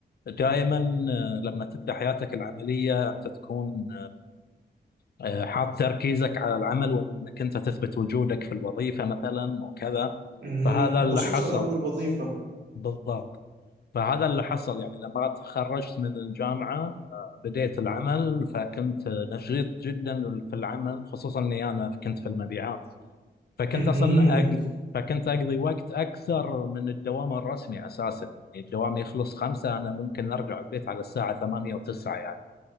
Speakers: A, on the left; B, on the right.
A: دائما آه، لما تبدا حياتك العمليه انت تكون آه، حاط تركيزك على العمل وانك انت تثبت وجودك في الوظيفه مثلا وكذا
B: مهم.
A: فهذا اللي
B: خصوصا
A: حصل
B: اول وظيفة
A: بالضبط فهذا اللي حصل يعني لما تخرجت من الجامعه آه، بديت العمل فكنت نشيط جدا في العمل خصوصا اني انا كنت في المبيعات فكنت
B: مهم.
A: اصلا اقضي فكنت اقضي وقت اكثر من الدوام الرسمي اساسا يعني الدوام يخلص خمسة انا ممكن ارجع البيت على الساعه 8 او 9 يعني